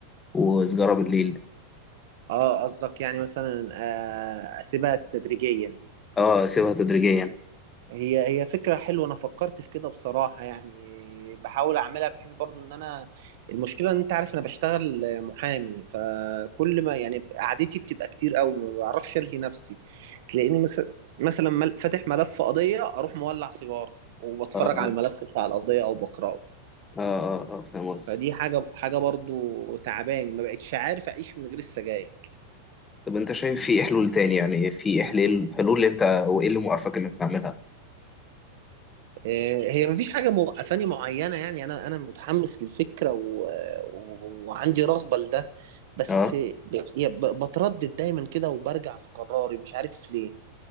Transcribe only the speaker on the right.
اه قصدك يعني مثلا آه، اسيبها تدريجيا
هي هي فكرة حلوة أنا فكرت في كده بصراحة يعني بحاول أعملها بحيث برضو إن أنا المشكلة إن أنت عارف أنا بشتغل محامي فكل ما يعني قعدتي بتبقى كتير أوي ما بعرفش ألهي نفسي تلاقيني مثلا مثلا مل- فاتح ملف قضية أروح مولع سيجارة وبتفرج
على
الملف بتاع القضية أو بقرأه
فدي حاجة حاجة برضو تعباني ما بقتش عارف أعيش من غير السجاير
آه، هي مفيش حاجة موقفاني معينة يعني أنا أنا متحمس للفكرة و... و- وعندي رغبة لده بس
ب... يا ب... بتردد دايما كده وبرجع في قراري مش عارف ليه